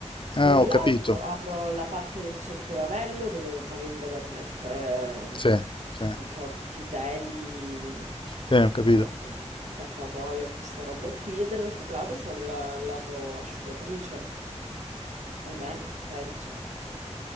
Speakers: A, on the left; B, on the right.
A: Ah,
B: Da un
A: ho
B: lato
A: capito.
B: apro la parte del sottolavello dove magari vado a mettere,
A: Sì, sì,
B: non so, tutti i teli,
A: sì, ho capito.
B: eh, accappatoio, queste robe qui, e dall'altro lato c'ho il la- lato asciugatrice, almeno, penso.